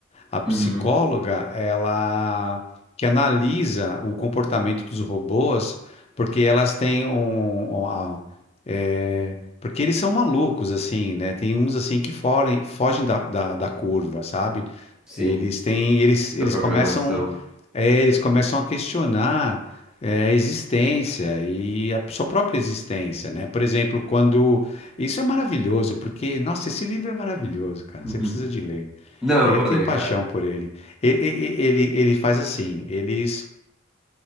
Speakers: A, on the left; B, in the centre.
A: A psicóloga,
B: Uhum.
A: ela que analisa o comportamento dos robôs, porque elas têm um, um- a- é, porque eles são malucos, assim, né? Tem uns, assim, que forem, fogem da, da, da curva, sabe?
B: Sim,
A: Eles têm, eles,
B: da
A: eles
B: programação.
A: começam, é, eles começam a questionar, é, a existência e a sua própria existência, né? Por exemplo, quando... Isso é maravilhoso, porque, nossa, esse livro é maravilhoso, cara.
B: <laughs>
A: Você precisa de ler.
B: Não,
A: É,
B: eu vou
A: eu tenho
B: ler,
A: paixão
B: cara.
A: por ele. E- e- e- Ele, ele, faz assim, eles,